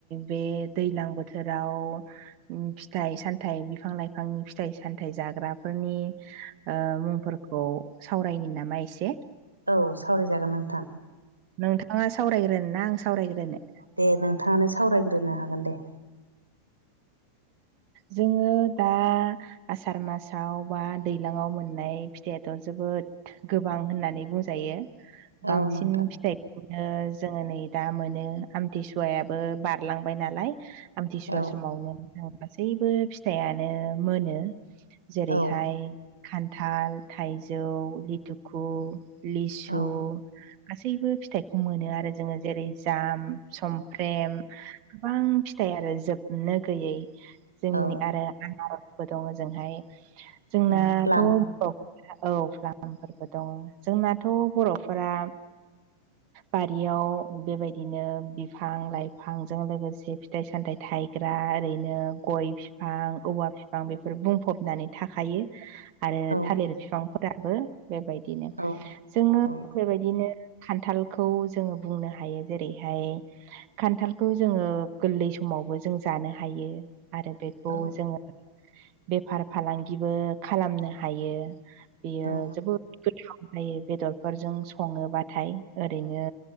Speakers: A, on the right; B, on the right.
A: बे दैलां बोथोराव फिथाइ सामथायाइ बिफां लाइफांनि फिथाइ सामथाय जाग्राफोरनि ओ मुंफोरखौ सावरायनि नामा एसे?
B: औ सावरायजागोन नोंथां।
A: नोंथाङा सावरायग्रोना आं सावरायग्रोनो?
B: दे नोंथाङानो सावरायग्रोनो हागोन दे।
A: जोङो दा आसार मासाव बा दैज्लांआव मोननाय फिथाइआथ' जोबोद गोबां होननानै बुंजायो बांसिन
B: औ नोंथां
A: फिथाइखौ ओ जोङो नै दा मोनो आमथिसुवायाबो बारलांबाय नालाय। बे
B: औ
A: समावनो जों गासैबो फिथाइानो मोनो जेरैहाय
B: औ
A: खान्थाल, थाइजौ, लिथुखु, लिसु
B: औ
A: गासैबो फिथाइखौ मोनो आरो जोङो जेरै जाम, समफ्रेम गोबां फिथाइ आरो जोबनो गैयै जोंनि
B: औ
A: आरो आन आरजबो दङ जोंहाय जोंनाथ'
B: औ प्लाम
A: औ औ फ्लामफोरबो दङ जोंनाथ' बर'फोरा बारियाव बेबायदिनो बिफां लाइफांजों लोगोसे फिथाइ सामथायाइ थाइ गग्रा ओरैनो गय फिफां औवा फिफां बेफोर बुंफबनानै थाखायो। आरो
B: औ
A: थालिर बिफांफोराबो बेबायदिनो
B: औ
A: जोङो
B: औ
A: बेबायदिनो खान्थालखौ जोङो बुंनो हायो जेरैहाय खान्थालखौ जोङो गोरलै समावबो जों जानो हायो आरो बेखौ
B: औ
A: जोङो बेफार फालांगिबो खालामनो हायो बेयो
B: औ
A: जोबोद गोथाव जायो बेदरफोरजों सङोबाथाय ओरैनो